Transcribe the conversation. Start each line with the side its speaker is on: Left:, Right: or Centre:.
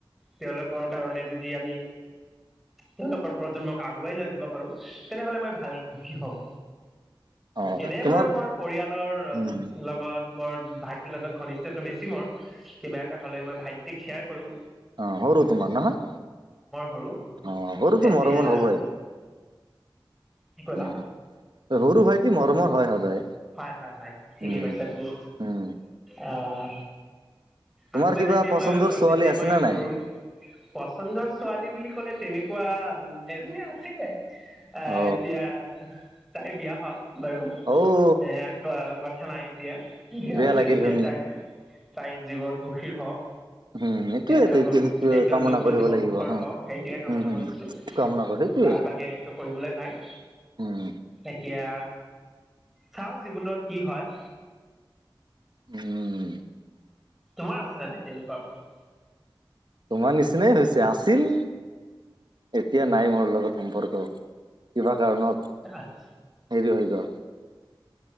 Centre: তেওঁলোক কৰ কাৰণে যদি আমি তেওঁলোকৰ প্ৰজন্মক আগুৱাই লৈ যাব পাৰো। তেনেহ'লে মই ভাল সুখী হ'ম।
Right: অ
Centre: এনে
Right: তোমাৰ
Centre: মই মৰ পৰিয়ালৰ
Right: উম
Centre: লগত মোৰ ভাইটিৰ লগত ঘনিষ্ঠটো বেছি মোৰ, কিবা এটা হলে মই ভাইটিক শ্বেয়াৰ কৰো।
Right: অ সৰু তোমাৰ নহয়,
Centre: সৰু
Right: অ সৰুটো
Centre: এতিয়া
Right: মৰমৰ হ'বই।
Centre: কি কলা?
Right: উম সৰু ভাইটি মৰমৰ হয় সদায়।
Centre: হয় হয় হয় ঠিকে
Right: উম
Centre: কৈছা তুমি,
Right: উম
Centre: আহ
Right: তোমাৰ
Centre: আগতে
Right: কিবা
Centre: যেতিয়া
Right: পচন্দৰ
Centre: মই
Right: ছোৱালী
Centre: যেতিয়া
Right: আছে
Centre: মই
Right: নে
Centre: সৰু
Right: নাই
Centre: পচন্দৰ ছোৱালী বুলি ক'লে তেনেকুৱা এজনী আছিলে। আহ
Right: অ
Centre: এতিয়া তাইৰ বিয়া হ'ল বাৰু।
Right: অ।
Centre: সেয়া ক কথা নাই এতিয়া বিয়া
Right: বেয়া
Centre: হৈছে
Right: লাগিল
Centre: যেতিয়া
Right: শুনি
Centre: তাইৰ। তাই জীৱন সুখীৰ হওঁক।
Right: উম সেইটোয়ে
Centre: এ
Right: সেইটো
Centre: সন
Right: সেইটোয়ে
Centre: সেইটো
Right: কামনা
Centre: যুগ্ম
Right: কৰিব
Centre: জীৱন
Right: লাগিব
Centre: সুখৰ
Right: হ
Centre: হওঁক সেইটোৱে কামনা
Right: উম হম
Centre: কৰিছো।
Right: কামনা কৰ সেইটোয়ে
Centre: তাৰ বাহিৰে একো কৰিবলৈ নাই।
Right: উম।
Centre: এতিয়া চাও জীৱনত কি হয়।
Right: উম।
Centre: তোমাৰ আছে নে নাই তেনেকুৱা কোনো?
Right: তোমাৰ নিচিনাই হৈছে, আছিল। এতিয়া নাই মোৰ লগত সম্পৰ্ক, কিবা কাৰণত
Centre: আচ্
Right: হেৰি হৈ গ'ল।